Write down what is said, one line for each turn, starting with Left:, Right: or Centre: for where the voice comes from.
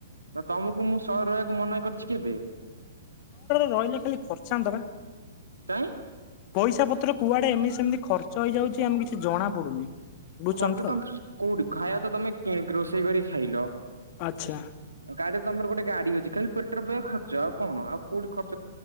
Right: ନା ତମକୁ ମୁଁ ସହ ରହିବାକୁ ମନା କରିଛି କେବେ।
Left: ରହିଲେ ଖାଲି ଖର୍ଚାନ୍ତ ପା
Right: କାଇଁ
Left: ପଇସା। ତ୍ର କୁଆଡେ ଏମିତି ସେମିତି ଖର୍ଚ୍ଚ ହେଇଯାଉଛି, ଆମେ କିଛି ଜଣା ପଡୁନି। ବୁଝୁଛନ୍ତି
Right: ଖର୍ଚ୍ଚ
Left: ତ
Right: ତମ କୋଉଠି ଖାଇବା ତ ତମେ କିଣି ରୋଷେଇ କରି ଖାଇଲ।
Left: ଆଚ୍ଛା
Right: ଗାଡିରେ, ତମର ଗୋଟେ ଗାଡି ଅଛି ଖାଲି ପେଟ୍ରୋଲ ପକେଇବା ଖର୍ଚ୍ଚ ଆଉ କଣ ଆଉ କୋଉଠି ଖର୍ଚ।